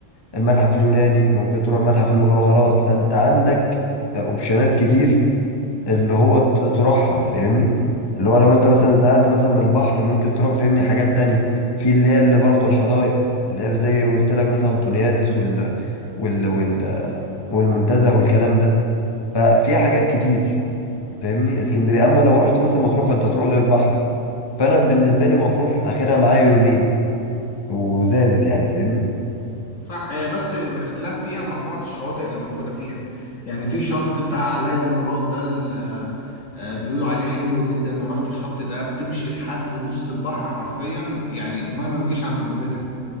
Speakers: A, on the left (about 25°); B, on the left (about 65°).
A: المتحف اليوناني ممكن تروح متحف المجوهرات فانت عندك اوبشنات كتير اللي هو ت- تروحها فاهمني اللي هو لو انت مثلا زهقت مثلا من البحر ممكن تروح فاهمني حاجات تانية في اللي هي اللي برضه الحدائق اللي هي زي قلت لك مثلا انطونيادس وال... وال... وال... والمنتزه والكلام ده ففيها حاجات كتير فاهمني اسكندريه اما لو رحت مثلا مطروح فانت هتروح غير بحر فانا بالنسبه لي مطروح اخرها معايا يومين وزادت يعني فاهمني
B: صح هي بس الاختلاف فيها مجموعة الشواطئ اللي موجودة فيها يعني في شط بتاع ليلى مراد ده ال- آه، بيقولوا عليه حلو جدا رحت الشط ده بتمشي لحد نص البحر حرفيا يعني المايه ما بتجيش عند ركبتك